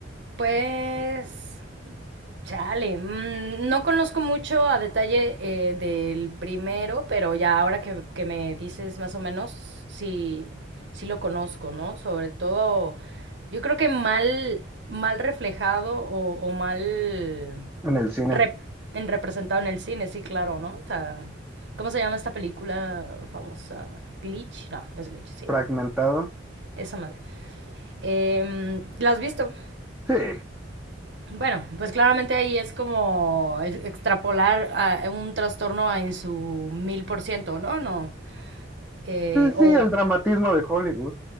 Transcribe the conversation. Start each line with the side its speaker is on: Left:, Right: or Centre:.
Right: pues Chale, mm, no conozco mucho a detalle eh, del primero, pero ya ahora que, que me dices más o menos, sí, sí lo conozco, ¿no? Sobre todo, yo creo que mal, mal reflejado o, o mal
Centre: En el cine
Right: rep- en representado en el cine, sí, claro, ¿no? O sea, ¿cómo se llama esta película famosa? ¿Glitch? No, no es Glitch, ¿sí?
Centre: fragmentado.
Right: Esa madre. Em, ¿la has visto?
Centre: Sí, eh,
Right: Bueno, pues claramente ahí es como es- extrapolar a un trastorno a en su mil por ciento, ¿no? No. Eh,
Centre: sí,
Right: o
Centre: el dramatismo de Hollywood.